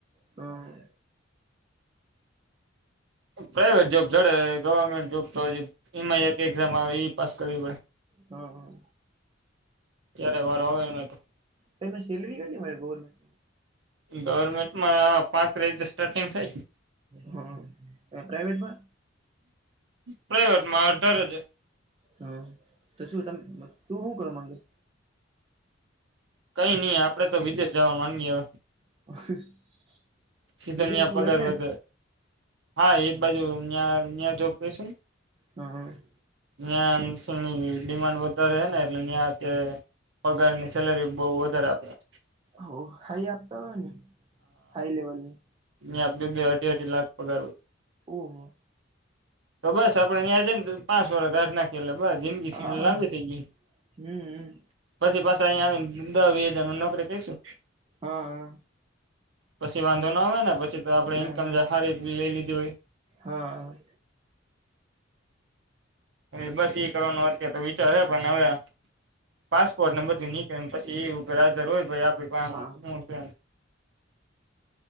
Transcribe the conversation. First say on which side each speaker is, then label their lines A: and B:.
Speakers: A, on the right; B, on the right.
A: હા
B: પ્રાાઈવેટ જોબ જોડે ગવર્મેન્ટ જોબ તો હ એ એક એક્ઝામ આવે એ પાસ કરવી પડે
A: હા હા
B: જ્યારે વાર હોવે એમાં
A: તમને સેલરી કેટલી મળે ગવર્મેન્ટની
B: ગવર્મેન્ટમાં પાંત્રીસ હજાર સ્ટાર્ટિંગ થાય
A: હા ને પ્રાઈવેટમાં
B: પ્રાઈવેટ માં અઢાર હજાર
A: હા તો શું તમે તું શું કરો માંગ સ
B: કઈ નહી આપડે તો વિદેશ જવા માંગીએે
A: <inaudible>
B: સીઝનિયા
A: વિદેશ છું
B: પગાર
A: લંડન
B: વધે હા એક બાજુ અઈયા અહિયા જોબ કશું ન.
A: હ.
B: ન્યા એમાં શું ડિમાન્ડ વધારે છે ને એટલે ન્યા તે. પગારની સેલરી બહુ વધારે આપે
A: હો હાઈ આપતા હોય ને હાઈ લેવલ ની.
B: ને આપડે લે બે બે અઠી અઠી લાખ પગાર હોઈ
A: ઓહ
B: તો બસ આપડે અહીંયા છે ને પાંચ વર કાઢ નાખી એટલે બ જિંદગી
A: હા
B: લાંબી થઇ ગઈ.
A: હમ
B: પછી પાછા અહીંયા આવી દહ વી હજારમાં નોકરી કરીશું
A: હા હા
B: પછી વાંધો ના આવે ને પછી આપણે ઈન્કમ
A: ના ના
B: જે સારી લઈ લીધું હોય
A: હા
B: એ બસ એ કરવાનું વાત તો વિચાર પણ હવે પાસપોર્ટને બધું નીકળે પછી એરો ભાઈ આપે
A: હા
B: હું છ ન